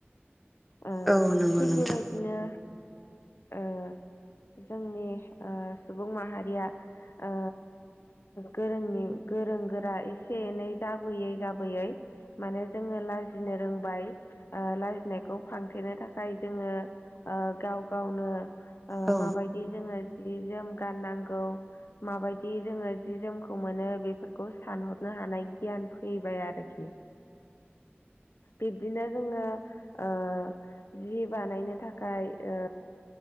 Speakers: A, on the left; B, in the centre.
A: ओ
B: औ नंगौ
A: थिग
B: नोंथां
A: बेबायदिनो ओ जोंनि ओ सुबुं माहारिया ओ गोरोंनि गोरोंगोरा एसे एनै जाबोयै जाबोयै माने जोङो लाजिनो रोंबाय ओ लाजिनायखौ फांथेनो थाखाय जोङो ओ गाव गावनो ओ
B: औ
A: माबायदि जोङो जि-जोम गाननांगौ माबायदि जोङो जि-जोमखौ मोनो बेफोरखौ सानहरनो हानाय गियान फैबाय आरोखि बिब्दिनो जोङो ओ जि बानायनो थाखाय ओ